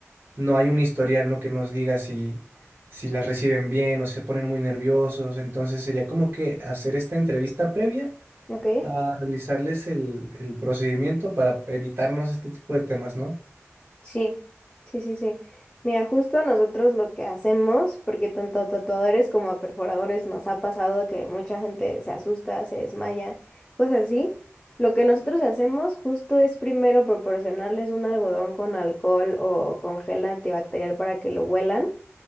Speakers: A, on the right; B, on the left.
A: no hay un historial, ¿no? que nos diga si, si las reciben bien o si se ponen muy nerviosos. Entonces sería como que hacer esta entrevista previa
B: Ok.
A: a realizarles el, el procedimiento para evitarnos este tipo de temas, ¿no?
B: Sí, sí, sí, sí. Mira, justo nosotros lo que hacemos, porque tanto a tatuadores como a perforadores nos ha pasado que mucha gente se asusta, se desmaya, cosas así. Lo que nosotros hacemos justo es primero proporcionarles un algodón con alcohol o con gel antibacterial para que lo huelan.